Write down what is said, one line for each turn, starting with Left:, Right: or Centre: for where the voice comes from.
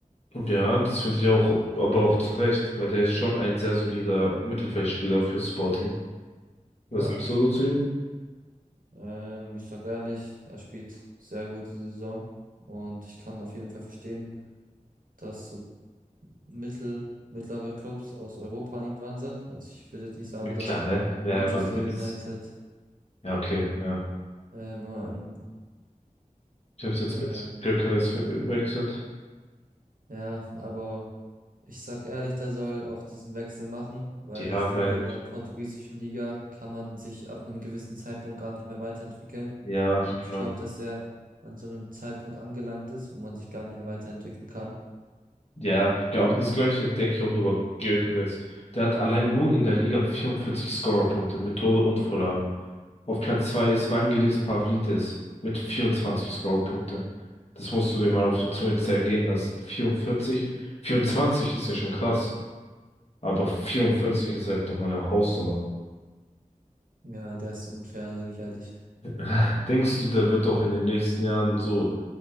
Left: Ja, das finde ich auch, aber auch zu Recht, weil der ist schon ein sehr solider Mittelfeldspieler für Sporting. Was
Right: Ja.
Left: sagst du so zu ihm?
Right: Ähm, ich sag ehrlich, er spielt sehr gut diese Saison und ich kann auf jeden Fall verstehen, dass so mittel, mittlere Clubs aus Europa an ihm dran sind. Also ich würde jetzt nicht sagen,
Left: Mittlerweile
Right: dass
Left: Real
Right: Manchester
Left: Madrid.
Right: United
Left: Ja, okay, ja.
Right: ähm, ähm,
Left: Ich habe jetzt
Right: ähm,
Left: mit Gyökeres verwechselt.
Right: ja, aber Ich sag ehrlich, der soll auch diesen Wechsel machen, weil
Left: Ja,
Right: ich finde,
Left: weil,
Right: in der Weil- portugiesischen Liga kann man sich ab einem gewissen Zeitpunkt gar nicht mehr weiterentwickeln.
Left: ja,
Right: Und
Left: genau.
Right: ich glaube, dass der an so einem Zeitpunkt angelangt ist, wo man sich gar nicht mehr weiterentwickeln kann.
Left: Ja, aber das Gleiche denke ich auch über Gyökeres. Der hat allein nur in der Liga 44 Scorerpunkte mit Tore und Vorlagen. Auf Platz zwei ist Vangelis Pavlidis mit 24 Scorerpunkte. Das musst du dir mal auf der Zunge zergehen lassen. 44, 24 ist ja schon krass, aber 44 ist halt nochmal eine Hausnummer.
Right: Ja, der ist unfair, sage ich ehrlich.
Left: <laughs> Denkst du, der wird doch in den nächsten Jahren so